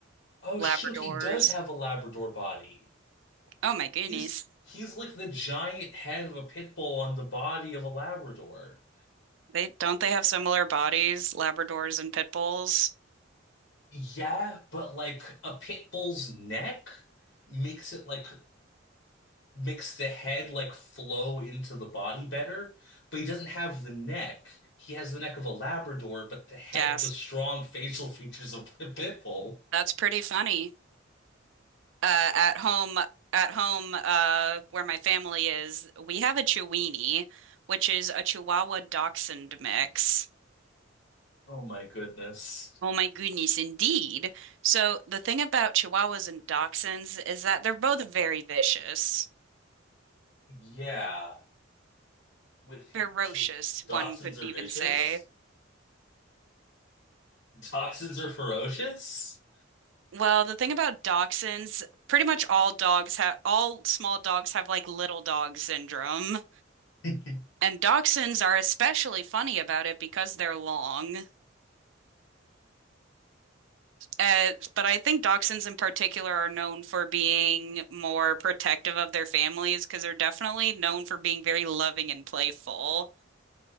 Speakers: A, on the left; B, on the right.
A: Oh
B: Labradors.
A: shoot, he does have a Labrador body.
B: Oh my goodness.
A: He's he's like the giant head of a pit bull on the body of a Labrador.
B: They don't they have similar bodies, Labradors and pit bulls?
A: Yeah, but like a pit bull's neck makes it like makes the head like flow into the body better, but he doesn't have the neck. He has the neck of a Labrador, but the head,
B: Yes.
A: the strong facial features of a pit bull.
B: That's pretty funny. Uh, at home, at home, uh, where my family is, we have a Chiweenie, which is a Chihuahua Dachshund mix.
A: Oh my goodness.
B: Oh my goodness, indeed. So the thing about Chihuahuas and Dachshunds is that they're both very vicious,
A: Yeah, with
B: ferocious,
A: dachshunds
B: one could
A: are
B: even
A: vicious.
B: say.
A: Dachshunds are ferocious.
B: Well, the thing about dachshunds, pretty much all dogs have, all small dogs have like little dog syndrome.
A: <laughs>
B: And dachshunds are especially funny about it because they're long. Uh, but I think dachshunds in particular are known for being more protective of their families because they're definitely known for being very loving and playful.